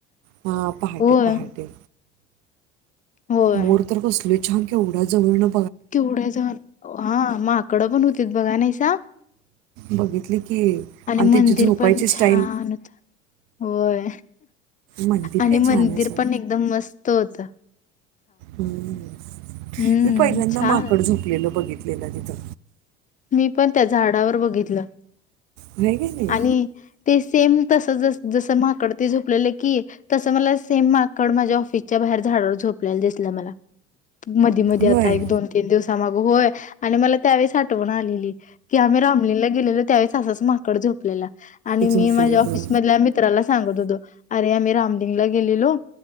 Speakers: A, on the right; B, on the left.
A: मग पहाटे
B: होय
A: पहाटे
B: होय
A: मोर तर कसली छान केवढ्या जवळ न
B: केवढ जन हा माकड पण होती बघा निशा
A: बघितली की
B: आणि मंदिर
A: त्याची झोपायची
B: पण
A: स्टाईल
B: छान होत होय
A: मंदिर
B: आणि
A: काय
B: मंदिर
A: छान आहे सर
B: पण एकदम मस्त होत
A: मी
B: हम्म,
A: पहिल्यांदा
B: छान.
A: माकड झोपलेलं बघितलेलं तिथं
B: मी पण त्या झाडावर बघितलं
A: होय का नाही
B: आणि ते सेम तस जस माकड ते झोपलेले की तसं मला सेम माकड माझ्या ऑफिसच्या बाहेर झाडवर झोपले तपल्याला दिसलं मला मधी मधी आता
A: होय
B: एक दोन तीन दिवसा माग होय आणि मला त्यावेळेस आठवण आलेल आम्ही रामलीलाला गेलेलो त्यावेळेस असंच माकड झोपलेलं केला आणि
A: झोपलेलं
B: मी माझ्या ऑफिसमधल्या मित्राला सांगतो अरे आम्ही रामलिंगला गेलेलो